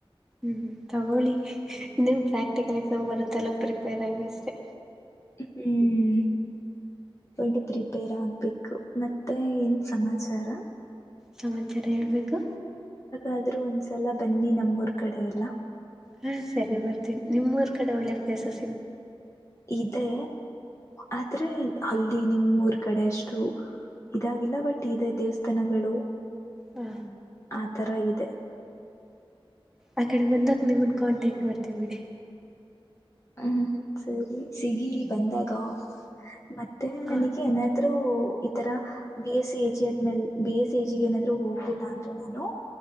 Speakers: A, in the centre; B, on the left.
A: ಹ್ಮ್ ತಗೋಳಿ ಇನ್ನ ಪ್ರಾ್ಟಿಕಲ್ ಎಕ್ಸಾಮ್ ಬರತ್ತಲ್ಲ ಪ್ರಿಪೇರ್ ಆಗ ಅಷ್ಟೆ
B: ಹ್ಮ್ ಡಾ ಪ್ರಿಪೇರ್ ಆಗ್ಬೇಕು ಮತ್ತೆ ಏನ್ ಸಮಾಚಾರ.
A: ಸಮಾಚಾರ ಹೇಳ್ಬೇಕು.
B: ಆದ್ರೂ ಒಂದ್ಸಲ ಬನ್ನಿ ನಮ್ಮೂರ್ ಕಡೆ ಎಲ್ಲ.
A: ಹಾ ಸರಿ ಬರ್ತೀನಿ ನಿಮ್ಮ ಊರ್ ಕಡೆ ಒಳ್ಳೆ ಪ್ಲೇಸಸ
B: ಇದೆ ಆದ್ರೆ ಅಲ್ಲಿ ನಿಮ್ಮೂರ್ ಕಡೆ ಅಷ್ಟು ಇದಾಗಿಲ್ಲ ಬಟ್ ಇದೆ ದೇವಸ್ಥಾನಗಳು
A: ಹಾ
B: ಆ ತರ ಇದೆ.
A: ಆ ಕಡೆ ಬಂದಗ ನಿಮನ್ ಕಾಂಟ್ಯಾಕ್ಟ್ ಮಾಡ್ತೀವ ಬಿಡಿ.
B: ಹ್ಮ ಹ್ಮ್ ಸರಿ ಸಿಗಿ ಬಂದಾಗ ಮತ್ತೆ
A: ಹಾ
B: ನನಗೆ ಏನಾದ್ರು ಈತರ ಬಿ ಎಸ್ ಸಿ ಜಿ ದ್ಮೇಲ್ ಬಿ ಎಸ್ ಎ ಜಿ ಏನಾದ್ರು ಹೋಗ್ಲಿಲ್ಲ ಅಂದ್ರ ನಾನು